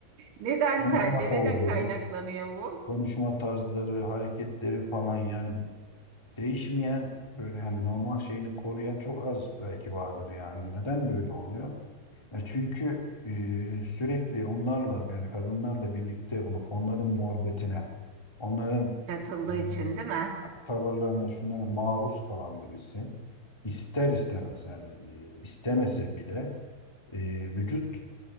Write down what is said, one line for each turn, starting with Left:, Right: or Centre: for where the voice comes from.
Right: Neden
Left: Konuşma
Right: sence
Left: tarzları,
Right: neden kaynaklanıyor bu?
Left: konuşma tarzları, hareketleri falan yani değişmeyen böyle hani normal şeyini koruyan çok az belki vardır yani. Neden böyle oluyor? E çünkü e, sürekli onlarla yani kadınlarla birlikte olup onların muhabbetine, onların
Right: Katıldığı
Left: e,
Right: için değil mi?
Left: tavırlarına, şunlara maruz kalan birisi ister istemez yani e, istemese bile e, vücut